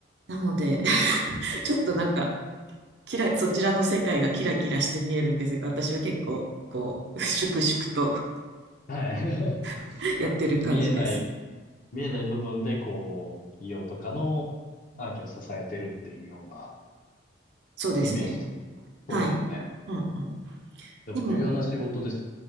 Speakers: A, on the right (about 65°); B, on the left (about 45°).
A: なので、<laughs> ちょっとなんか、キラ、そちらの世界がキラキラして見えるんですが、私は結構、こう、粛々と
B: はい。<laughs>
A: <laughs> やってる感じです。
B: あ見えない、見えない部分で、こう、企業とかのアーキを支えてるっていうような
A: そうですね。
B: イメージで。そうですね。
A: はい。うんうん。
B: でも重要な仕事です。
A: でも、